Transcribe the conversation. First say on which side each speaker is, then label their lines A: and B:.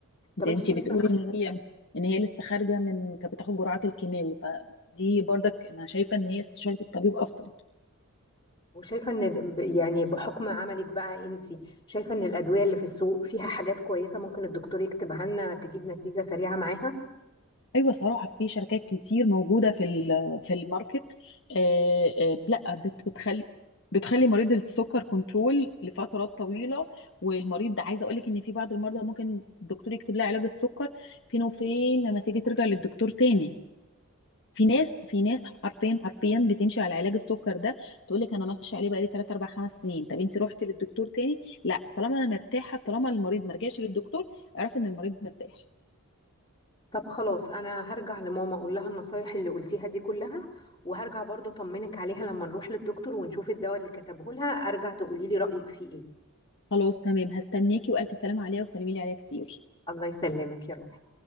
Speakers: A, on the left; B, on the left.
A: طب
B: انت انت
A: انت شايفة
B: بتقولي ان هي ان هي لسه خارجه من كانت بتاخد جرعات الكيماوي فدي برضك انا شايفه ان هي استشاره الطبيب افضل
A: وشايفة ان د- ب- يعني بحكم عملك بقى انت شايفة ان الأدوية اللي في السوق فيها حاجات كويسة ممكن الدكتور يكتبها لنا تجيب نتيجة سريعة معاها
B: ايوه صراحه في شركات كتير موجوده في ال- في الماركت آه، آه، لا بت- بتخلي بتخلي مريض السكر كنترول لفترات طويله والمريض ده عايزه اقول لك ان في بعض المرضى ممكن الدكتور يكتب لها علاج السكر فين وفين لما تيجي ترجع للدكتور تاني في ناس في ناس حرفيا حرفيا بتمشي على علاج السكر ده تقول لك انا ماشيه عليه بقالي 3 4 5 سنين طب انت رحتي للدكتور تاني لا طالما انا مرتاحه طالما المريض ما رجعش للدكتور اعرفي ان المريض مرتاح
A: طب خلاص انا هرجع لماما اقول لها النصايح اللي قلتيها دي كلها وهرجع برضه اطمنك عليها لما نروح للدكتور ونشوف الدواء اللي كتبه لها ارجع تقولي لي رأيك فيه ايه
B: خلاص تمام هستناكي والف سلامه عليها وسلمي لي عليها كتير
A: الله يسلمك يا روحي